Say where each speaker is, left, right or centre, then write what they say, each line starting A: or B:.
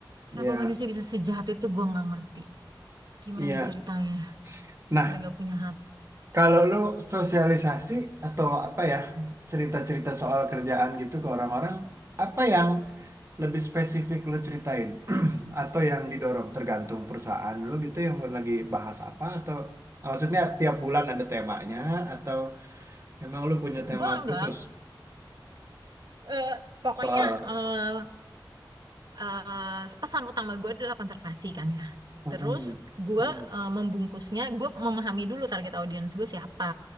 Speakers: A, on the right; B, on the right.
A: kenapa
B: Ya,
A: manusia bisa sejahat itu gue nggak ngerti gimana
B: iya.
A: ceritanya
B: Nah,
A: sampai nggak punya hati
B: kalau lu sosialisasi atau apa ya, cerita-cerita soal kerjaan gitu ke orang-orang, apa yang lebih spesifik lu ceritain? <clears throat> Atau yang didorong tergantung perusahaan lu gitu yang lagi bahas apa atau maksudnya tiap bulan ada temanya atau memang lu punya tema
A: gue nggak
B: khusus
A: eh, pokoknya
B: soal
A: eh, eh, pesan utama gue adalah konservasi kan ya.
B: Mm-mm.
A: Terus gue
B: Mm-mm.
A: eh, membungkusnya, gue memahami dulu target audiens gue siapa.